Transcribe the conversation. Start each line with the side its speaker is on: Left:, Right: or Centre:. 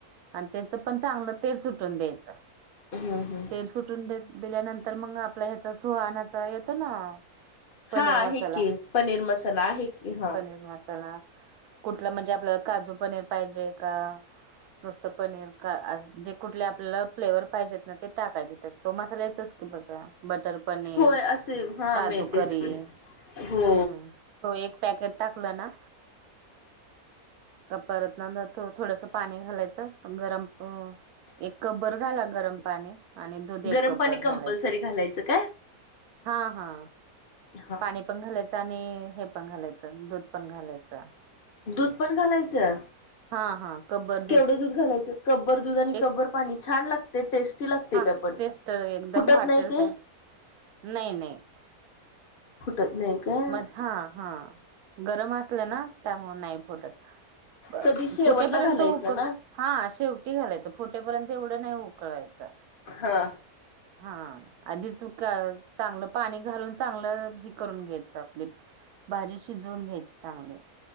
Right: अन त्याच पण चांगलं तेल सुटून द्यायचं.
Left: ह ह.
Right: तेल सुटून दि- दिल्यानंतर मग आपला, ह्याचा सुहानाचा येतो ना पनीर
Left: हा आहे
Right: मसाला
Left: की पनीर मसाला आहे की हा
Right: पनीर मसाला कुठलं म्हणजे आपल्याला, काजू पनीर पाहिजेय का? नुसतं पनीर का जे कुठले आपल्याला फ्लेवर पाहिजेत, ना ते टाकायचे तो मसाले <unintelligible> बघा बटर पनीर,
Left: होय असे हा मिळतेच
Right: काजू करी
Left: की हो.
Right: हम्म तो एक पॅकेट टाकलं ना <unintelligible> थो -थोडस पाणी घालायचं, गरम अ एक कप भर घाला, गरम पाणी. आणि दुध
Left: गरम
Right: एक कप
Left: पाणी
Right: बरं घालायचं,
Left: कंपल्सरी घालायचं काय
Right: हा हा
Left: हा
Right: पाणी पण घालायचं आणि हे पण घालायचं दूध पण घालायचं.
Left: दूध पण घालायचं?
Right: हा हा कब्बर
Left: केवढं दूध घालायचं, कप बरं दूध आणि कप
Right: एक
Left: बर पाणी छान लागते टेस्ट लागते,
Right: हा
Left: का पण
Right: टेस्ट एकदम
Left: फुटत
Right: हॉटेल
Left: नाही ते?
Right: टाईप नाही नाही.
Left: फुटत नाही काय
Right: मज हा हा गरम असलं, ना त्यामुळे नाही फुटत. ब
Left: कधी
Right: ब
Left: शेवटला
Right: फुटेपर्यंत
Left: घालायचं
Right: उक
Left: ना
Right: हा शेवटी घालायचं फुटे पर्यंत एवढं, नाही उकळवायचं.
Left: हा.
Right: हा आधी सुक अ चांगलं पाणी घालून चांगलं करून घ्यायच आपली, भाजी शिजवून घ्यायची चांगली.